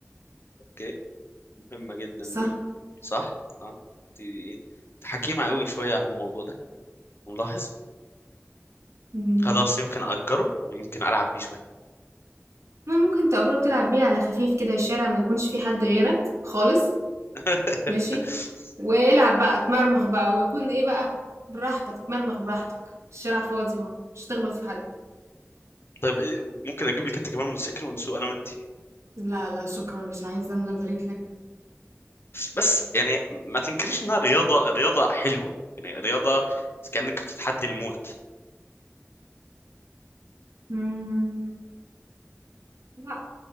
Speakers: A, on the left (about 55°); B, on the right (about 80°).
A: اوكي مهمة جدا
B: صح
A: دي صح اه دي, دي انت حكيمة قوي شوية في الموضوع ده ملاحظ
B: مم.
A: خلاص يمكن أجره ويمكن ألعب بيه شوية
B: ما ممكن تأجره تلعب بيه على خفيف كده الشارع ما يكونش فيه حد غيرك خالص
A: <laughs>
B: ماشي والعب بقى اتمرمغ بقى ويكون ايه بقى براحتك اتمرمغ براحتك الشارع فاضي اهو مش هتخبط في حد
A: طيب إيه، ممكن أجيب لك أنت كمان موتوسيكل ونسوق أنا وأنت
B: لا لا شكرا مش عايزة الله يبارك لك
A: بس يعني ما تنكريش إنها رياضة رياضة حلوة يعني رياضة كأنك بتتحدي الموت
B: مم. لا